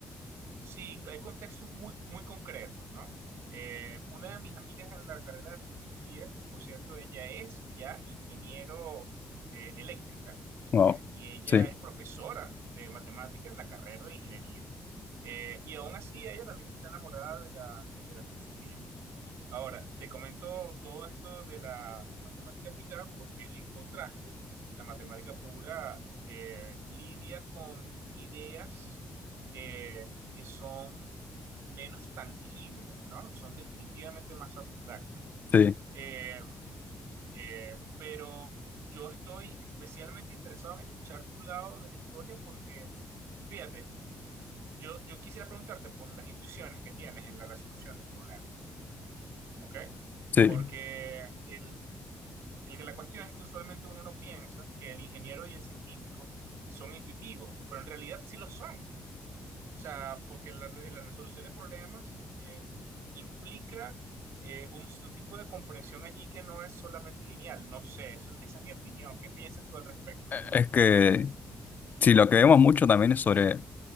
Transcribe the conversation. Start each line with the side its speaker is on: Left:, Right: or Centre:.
Right: Sí, hay contextos muy, muy concretos, ¿no? Eh, una de mis amigas en la carrera de filosofía, por cierto, ella es ya ingeniero eh, eléctrica, ¿ok?
Left: wow.
Right: Y ella
Left: Sí,
Right: es profesora de matemáticas en la carrera de ingeniería. Eh, y aún así ella también está enamorada de la, de la filosofía. Ahora, te comento todo esto de la matemática aplicada porque en contraste, la matemática pura eh, lidia con ideas eh, que son menos tangibles, ¿no? Son definitivamente más abstractas.
Left: sí,
Right: Eh, eh, pero yo estoy especialmente interesado en escuchar tu lado de la historia porque, fíjate, yo, yo quisiera preguntarte por las intuiciones que tienes en la resolución de problemas, ¿ok?
Left: sí. Eh,
Right: Porque el, El que la cuestión es que usualmente uno no piensa que el ingeniero y el científico son intuitivos, pero en realidad sí lo son. O sea, porque la, re- la resolución de problemas eh, implica eh, un, un, tipo de comprensión allí que no es solamente lineal. No sé, eso, esa es mi opinión. ¿Qué piensas tú al respecto?
Left: Es que, sí, lo que vemos mucho también es sobre